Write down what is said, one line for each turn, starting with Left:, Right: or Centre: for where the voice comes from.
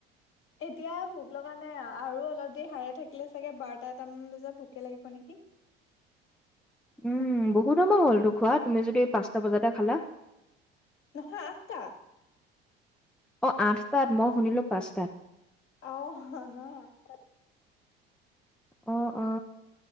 Left: এতিয়া ভোক লগা নাই আৰু। আৰু অলপ দেৰি সাৰে থাকিলে চাগে বাৰটা, এটামান বজাত ভোকে লাগিব নেকি?
Centre: উম, বহুত সময় হ'লতো খোৱা, তুমি যদি পাঁচটা বজাতে খালা।
Left: নহয়, আঠটা।
Centre: অ, আঠটাত, মই শুনিলো পাঁচটাত।
Left: আহ, নহ
Centre: অ, অ,